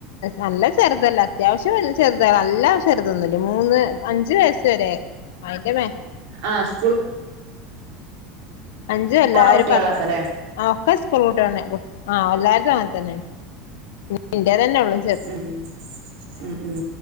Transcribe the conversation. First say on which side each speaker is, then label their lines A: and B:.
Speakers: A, on the left; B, on the right.
A: നല്ല ചെറുതല്ല അത്യാവശ്യം വല്ല ചെറുത നല്ല ചെറുതോന്നോല്ല മൂന്ന് അഞ്ചു വയസ് വരെ അയിന്റെ മേ
B: ആ സ്കൂൾ
A: അഞ്ചു അല്ല
B: പോണ
A: ഒര്
B: കുട്ടികളാക്കല്ലേ
A: പത്ത് ആ ഒക്കെ സ്കൂൾ കൂട്ടിയ ആ എല്ലാര്ത്തും അങ്ങനെ തന്നെയാണ് പിന്ന ഇന്റെ തന്നെ ഉള്ളു
B: ഉം ഉം ഉം